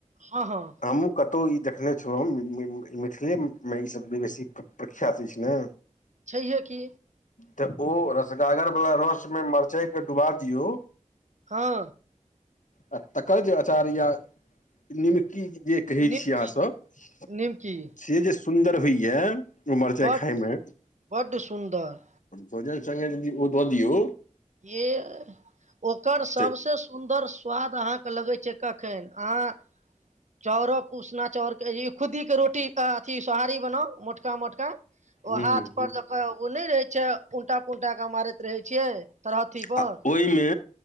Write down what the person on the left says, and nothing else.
हमहू कतहु ई देखने छलहुँ हम मिथिलेमे ईसभ बेसी प्रख्यात अछि ने
तऽ ओ रसगागर बला रस मे मरचाई के डुबा दियऔ
आ तकर जे आचार या निमकी जे कहै
छी अहाँसभ
से जे सुन्दर होइया ओ मरचाइ
खाईमे
भोजन संगे ओ यदि दऽ दिऔ
तऽ
ह
आ ओहिमे